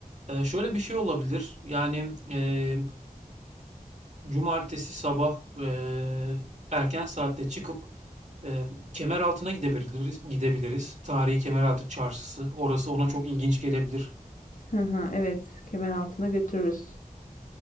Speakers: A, on the right; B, on the left.
A: Eee, şöyle bir şey olabilir. Yani eee, cumartesi sabah eee, erken saatte çıkıp eee kemer altına gidebiliriz, gidebiliriz. Tarihi Kemeraltı Çarşısı. Orası ona çok ilginç gelebilir.
B: Hı hı, evet, kemer altına götürürüz.